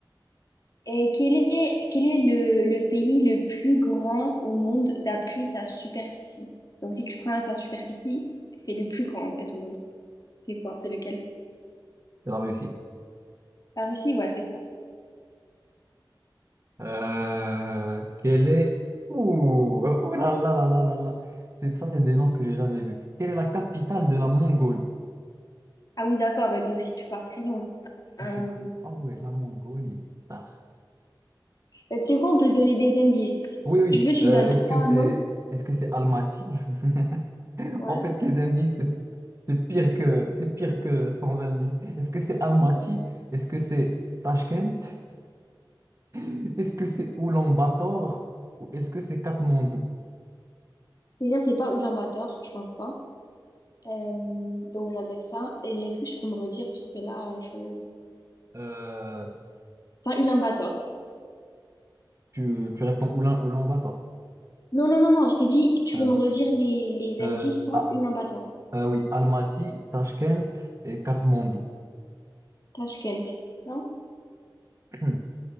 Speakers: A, on the left (about 45°); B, on the right (about 35°).
A: Et quel est, quel est le, le pays le plus grand au monde d'après sa superficie? Donc, si tu prends sa superficie, c'est le plus grand en fait au monde. C'est quoi? C'est lequel?
B: elle a réussi.
A: La Russie? Ouais, c'est ça.
B: Euh, quel est... Ouh, euh, ouh là là là là là là. C'est, ça, c'est des noms que j'ai jamais vus. Quelle est la capitale de la Mongolie?
A: Ah oui, d'accord, mais toi aussi, tu pars très loin.
B: Si
A: Euh,
B: tu... co- Ah ouais, la Mongolie. Ah.
A: euh, tu sais quoi, on peut se donner des indices. Si
B: Oui, oui.
A: tu veux, tu
B: Euh,
A: me donnes
B: est-ce
A: trois
B: que c'est
A: noms.
B: est-ce que c'est Almaty? <laughs>
A: Ouais.
B: En fait, les indices, c'est c'est pire que c'est pire que sans indice. Est-ce que c'est Almaty?
A: <laughs>
B: Est-ce que c'est Tashkent? <laughs> Est-ce que c'est Oulan-Bator? Ou est-ce que c'est Katmandou?
A: Déjà, c'est pas Ulaanbaatar, je pense pas. Euh, donc, j'enlève ça. Et est-ce que je peux me redire? Parce que là, je.
B: Euh,
A: C'est pas Ulaanbaatar.
B: tu, tu réponds Oulan, Oulan-Bator.
A: Non, non, non, non, je t'ai dit, tu
B: Euh,
A: peux me redire les, les
B: euh,
A: indices sans
B: ah,
A: Ulaanbaatar,
B: euh, oui, Almaty, Tashkent et Katmandou.
A: Tashkent, non?
B: <clears throat>